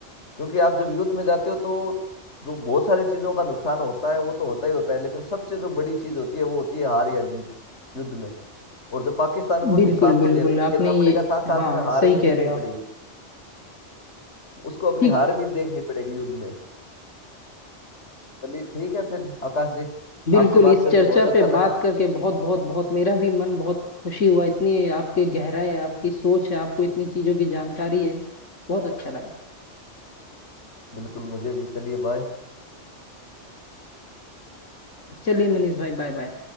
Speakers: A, on the left; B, on the left.
A: क्योंकि आप जब युद्ध में जाते हो तो जो बहुत सारी चीज़ों का नुकसान होता है वो तो होता ही होता है लेकिन सबसे जो बड़ी चीज़ होती है वो होती है हार या जीत युद्ध में और जो पाकिस्तान को
B: बिल्कुल
A: नुकसान
B: बिल्कुल
A: तो झेलना ही
B: आपने
A: झेलना पड़ेगा
B: ये
A: साथ साथ
B: हाँ
A: में हार
B: सही
A: भी
B: कह
A: देखनी
B: रहे हो
A: पड़ेगी
B: आप
A: उसको अपनी
B: ठीक
A: हार भी देखनी पड़ेगी युद्ध में चलिए ठीक है फिर आकाश जी
B: बिल्कुल
A: आपसे बात
B: इस
A: करके
B: चर्चा
A: बहुत अच्छा
B: पे बात
A: लगा
B: करके बहुत बहुत बहुत मेरा भी मन बहुत खुशी हुआ इतनी आपके गहराई है आपकी सोच है आपको इतनी चीजों की जानकारी है बहुत अच्छा लगा
A: बिल्कुल मुझे भी चलिए बाय
B: चलिए मनीष भाई बाय बाय